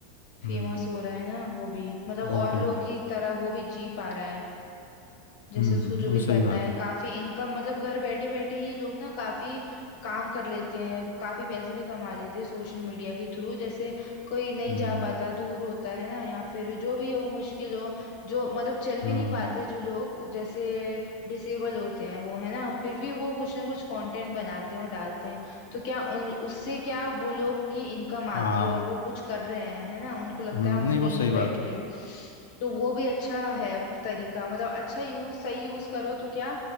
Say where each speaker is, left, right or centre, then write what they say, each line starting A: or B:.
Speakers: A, on the left; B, on the left.
A: हम्म
B: फेमस हो रहा है ना वो भी मतलब और
A: बिल्कुल
B: लोगों की तरह वो भी जी पा रहा है जैसे
A: हम्म
B: उसको जो भी
A: वो सही
B: करना
A: बात
B: है
A: है
B: काफी इनकम मतलब घर बैठे बैठे ही लोग ना काफी काम कर लेते हैं काफी पैसे भी कमा लेते हैं सोशल मीडिया के थ्रू जैसे कोई नहीं
A: हम्म
B: जा पाता दूर होता है ना या फिर जो भी हो मुश्किल हो जो मतलब चल भी
A: हम्म
B: नहीं पाते जो लोग जैसे डिसेबल होते हैं वो है ना फिर भी वो कुछ ना कुछ कंटेंट बनाते हैं और डालते हैं तो क्या उन उससे क्या वो लोग की इनकम आती
A: हाँ
B: है और वो कुछ कर रहे हैं है ना उनको लगता
A: हम्म
B: है हम
A: नहीं
B: फ्री
A: वो सही
B: नहीं बैठे
A: बात है
B: तो वो भी अच्छा है तरीका मतलब अच्छा यूज सही यूज करो तो क्या